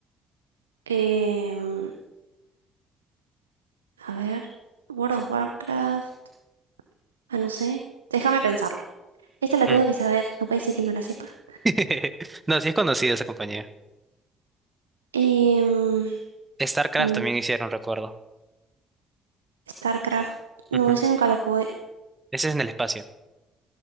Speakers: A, on the right (about 90°); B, on the right (about 15°).
A: em, a ver. World of Warcraft. Ah, no sé. Déjame pensarla. Esta la tengo
B: Mm.
A: que saber. No puede ser que no la sepa.
B: <laughs> No, sí es conocida esa compañía.
A: Em,
B: StarCraft
A: mm,
B: también hicieron, recuerdo.
A: StarCraft. No,
B: Ujú.
A: ese nunca lo jugué.
B: Ese es en el espacio.